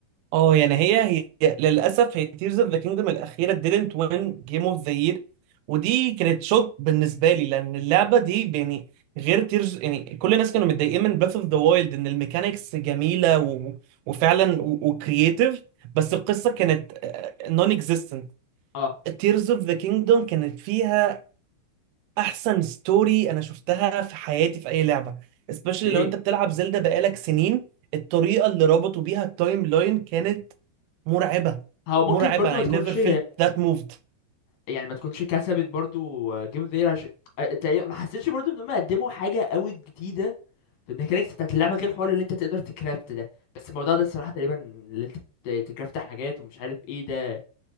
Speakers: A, on the right; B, on the left.
A: اه يعني هي هي للاسف هي تيرز اوف ذا كينجدم الاخيره didn't win جيم اوف ذا يير ودي كانت شوك بالنسبه لي لان اللعبه دي يعني غير تيرز يعني كل الناس كانوا متضايقين من بريث اوف ذا وايلد ان الميكانيكس جميله و... وفعلا وكرييتيف بس القصه كانت نون اكزيستنت
B: اه
A: تيرز اوف ذا كينجدم كانت فيها احسن ستوري انا شفتها في حياتي في اي لعبه especially
B: ايه
A: لو انت بتلعب زلدا بقالك سنين الطريقه اللي ربطوا بيها التايم لاين كانت مرعبه
B: هو ممكن
A: مرعبه
B: برضو ما تكونش
A: I never felt that moved
B: يعني ما تكونش كسبت برضو جيم اوف ذا يير، عشان آه، تقريبا- ما حسيتش برضو ان هم قدموا حاجه قوي جديده في الميكانيكس بتاعت اللعبه غير حوار اللي انت تقدر تكرافت ده بس الموضوع ده الصراحه تقريبا اللي انت ت- تكرافت حاجات ومش عارف ايه ده